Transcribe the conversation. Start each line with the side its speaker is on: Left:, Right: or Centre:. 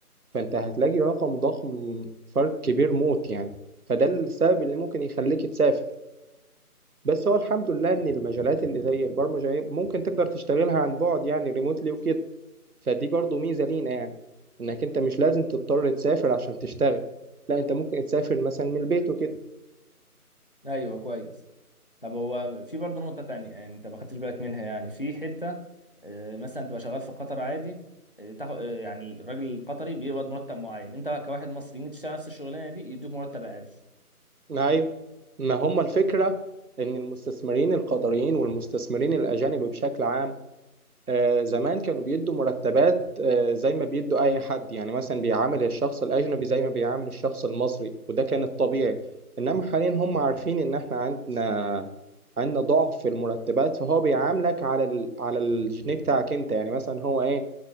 Right: فانت هتلاقي رقم ضخم فرق كبير موت يعني فده السبب اللي ممكن يخليك تسافر بس هو الحمد لله ان المجالات اللي زي البرمجه ممكن تقدر تشتغلها عن بعد يعني ريموتلي وكده فدي برضو ميزه لينا يعني انك انت مش لازم تضطر تسافر عشان تشتغل لا انت ممكن تسافر مثلا من البيت وكده
Left: ايوه كويس طب هو في برضه نقطة تانية يعني انت ما خدتش بالك منها يعني في حتة آه، مثلا تبقى شغال في قطر عادي آه، تاخد آه، يعني الراجل القطري بيقبض مرتب معين انت كواحد مصري يجي تشتغل نفس الشغلانة دي يدوك مرتب اقل
Right: ايوه ما هم الفكره ان المستثمرين القطريين والمستثمرين الاجانب بشكل عام آه، زمان كانوا بيدوا مرتبات آه، زي ما بيدوا اي حد يعني مثلا بيعامل الشخص الاجنبي زي ما بيعامل الشخص المصري وده كان الطبيعي انما حاليا هم عارفين ان احنا عندنا عندنا ضعف في المرتبات فهو بيعاملك على ال... على الجنيه بتاعك انت يعني مثلا هو ايه